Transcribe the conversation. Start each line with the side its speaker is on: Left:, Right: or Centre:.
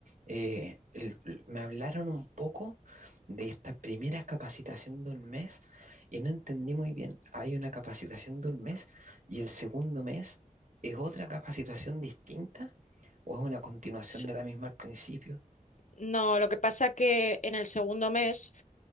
Right: Eh, el- me hablaron un poco de esta primera capacitación de un mes y no entendí muy bien. Hay una capacitación de un mes y el segundo mes es otra capacitación distinta o es una continuación
Left: sí.
Right: de la misma al principio.
Left: No, lo que pasa que en el segundo mes